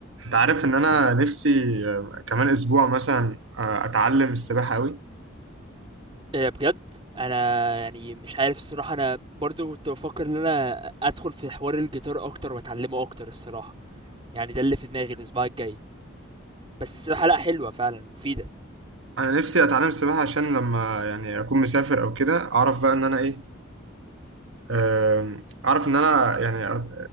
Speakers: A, on the right (about 75°); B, on the right (about 25°).
A: انت عارف ان انا نفسي آه، كمان اسبوع مثلا آه، اتعلم السباحه قوي
B: إيه بجد انا يعني مش عارف الصراحه انا برضو كنت بفكر ان انا ادخل في حوار الجيتار اكتر واتعلمه اكتر الصراحه يعني ده اللي في دماغي الاسبوع الجاي بس الصراحه لا حلوه فعلا مفيده
A: انا نفسي اتعلم السباحه عشان لما يعني اكون مسافر او كده اعرف بقى ان انا ايه آم، اعرف ان انا يعني أ- آه،